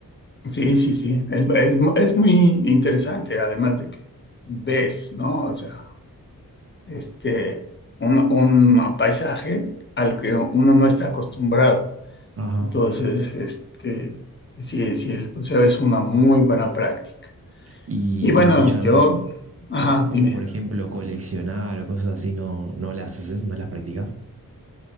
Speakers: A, on the left; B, on the right.
A: Sí, sí, sí, es, es, es muy interesante, además de que ves, ¿no? O sea, este, un, un paisaje al que uno no está acostumbrado.
B: Ajá.
A: Entonces, este, sí, sí, el buceo es una muy buena práctica.
B: Y,
A: Y
B: y
A: bueno,
B: escuchame,
A: yo, ajá,
B: cosas como,
A: dime,
B: por ejemplo, coleccionar o cosas así, ¿no, no las haces, no las practicas?